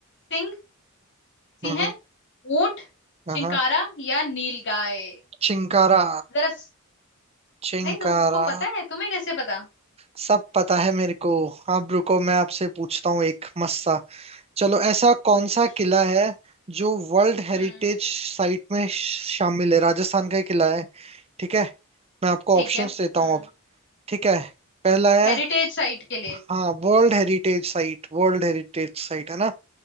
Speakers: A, on the left; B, on the right.
A: सिंह सिंह
B: हम्म
A: ऊंट
B: हाँ
A: चिंकारा
B: हाँ।
A: या नील गाय
B: चिंकारा
A: जरा स-
B: चिंकारा
A: भाई तुमको पता है तुम्हें कैसे पता
B: सब पता है मेरे को आप रुको मैं आपसे पूछता हूँ एक मस्त सा चलो ऐसा कौन
A: पूछ पूछ
B: सा किला है जो वर्ल्ड हेरिटेज
A: हम्म
B: साइट में श- शामिल है राजस्थान का ही किला है ठीक है मैं आपको
A: ठीक
B: ऑप्शंस
A: है हम्म
B: देता हूँ अब ठीक है पहला है
A: हेरिटेज साइट के लिए
B: हाँ world heritage site world heritage site है ना